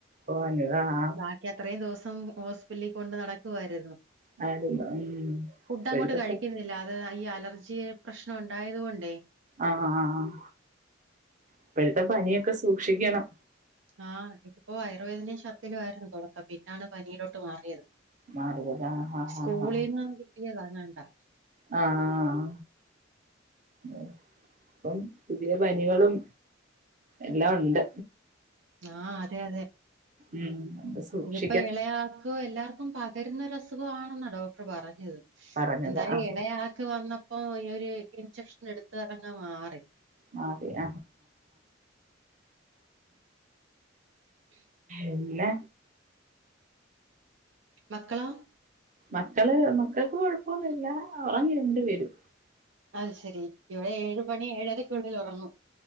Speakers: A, on the right; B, on the right.
A: പോന്നത ആഹ്
B: ബാക്കി അത്രയും ദിവസം ഹോസ്പിറ്റലിൽ കൊണ്ട് നടക്കുവായിരുന്നു
A: ആ <unintelligible> ഉം
B: ഫുഡ്
A: ഇപ്പഴത്തെ
B: അങ്ങോട്ട് കഴിക്കുന്നില്ല അത് ഈ അലർജി പ്രശ്നം ഉണ്ടായത് കൊണ്ടേ
A: ആഹ്ആഹ് ആഹ് ഇപ്പഴത്തെ പനിയൊക്കെ സൂക്ഷിക്കണം
B: ആഹ് ഇതിപ്പോ വയർവേദനയും ഷർത്തിലു ആയിരുന്നു തുടക്കം പിന്നാണ് പനിയിലോട്ട് മാറിയത്
A: മാറിയതാ ഹാ ഹാ
B: സ്കൂളിന്ന്
A: ഹാ
B: കിട്ടിയതാങ്ങണ്ടാ
A: ആഹ് ഉം ഇപ്പം പുതിയ പനികളും എല്ലാം ഉണ്ട്
B: ആഹ് അതെ അതെ
A: ഉം സൂക്ഷിക്കണം
B: ഇതിപ്പ ഇളയാക്കോ എല്ലാർക്കും പകരുന്ന രു അസുഖ ആണെന്ന ഡോക്ടർ പറഞ്ഞത്
A: പറഞ്ഞത്
B: എന്തായ
A: ആഹ്
B: ഇളയാക് വന്നപ്പോ ഈ ഒരു ഇൻചെക്ഷൻ എടുത്ത് അങ്മാറി
A: മാറിയ
B: ഉ
A: എല്ല
B: മക്കളോ
A: മക്കള് മക്കൾക്ക് കൊഴപ്പൊന്നുല്ല ഒറങ്ങി രണ്ട് പേരും
B: അത് ശരി ഇവിടെ ഏഴ് മണി ഏഴരയ്ക്കുള്ളിൽ ഉറങ്ങും